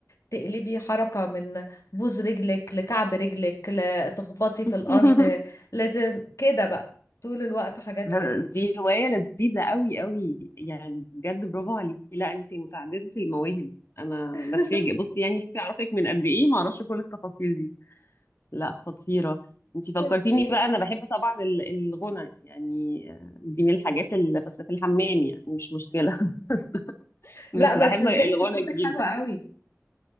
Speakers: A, on the left (about 75°); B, on the left (about 50°).
A: تقلبي حركة من بوز رجلك لكعب رجلك لتخبطي
B: <laughs>
A: في الأرض لازم كده بقى طول الوقت حاجات
B: ده-
A: كده
B: دي هوايه لذيذه قوي قوي يعني بجد برافو عليكي لا انت متعدده المواهب انا
A: <laughs>
B: بتفاجئ بصي يعني شوفي اعرفك من قد ايه ما اعرفش كل التفاصيل دي لا خطيره انت فكرتيني
A: ميرسي
B: بقى انا بحب طبعا ال- الغنى يعني آه، دي من الحاجات اللي بس في الحمام يعني مش مشكله <laughs> بس
A: لا بس
B: بحب
A: ازاي
B: الغنى
A: انت صوتك
B: جدا
A: حلو قوي